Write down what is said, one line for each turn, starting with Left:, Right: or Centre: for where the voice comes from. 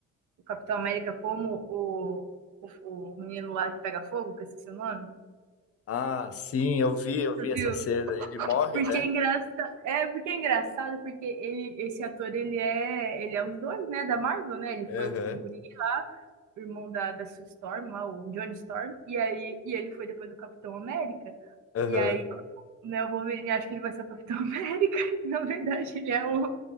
Right: o Capitão América como o, o, o menino lá que pega fogo, que eu esqueci o nome,
Left: Ah, sim, eu vi, eu vi essa
Right: viu?
Left: cena. Ele morre,
Right: Porque
Left: né?
Right: é engraçado, é porque é engraçado porque ele esse ator ele é, ele é os dois, né, da Marvel, né? Ele
Left: Aham,
Right: foi o, o guri lá, o irmão da, da Sue Storm lá, o Johnny Storm, e aí e ele foi depois o Capitão América.
Left: aham.
Right: E aí quando, né, o Wolverine acha que ele vai ser o Capitão <laughs> América, e na verdade ele é o,